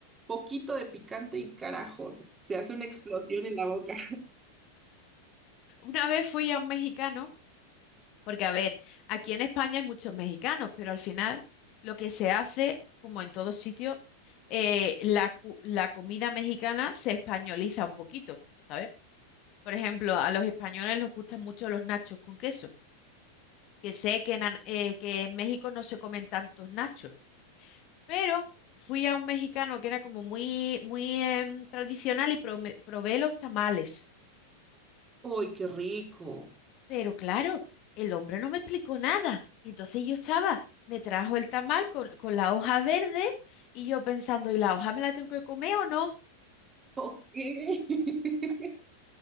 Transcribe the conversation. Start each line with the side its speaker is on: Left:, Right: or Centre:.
Right: poquito de picante y carajo, se hace una explosión en la boca.
Left: una vez fui a un mexicano. Porque, a ver, aquí en España hay muchos mexicanos, pero al final lo que se hace, como en todo sitio, eh, la, cu- la comida mexicana se españoliza un poquito, ¿sabes? Por ejemplo, a los españoles nos gustan mucho los nachos con queso, que sé que en, An- eh, que en México no se comen tantos nachos, pero fui a un mexicano que era como muy, muy em, tradicional y prome- probé los tamales.
Right: <laughs> ¡Uy, qué rico!
Left: Pero claro, el hombre no me explicó nada. Y entonces yo estaba, me trajo el tamal con, con la hoja verde y yo pensando, ¿y la hoja me la tengo que comer o no?
Right: Ok. <laughs> ¿Y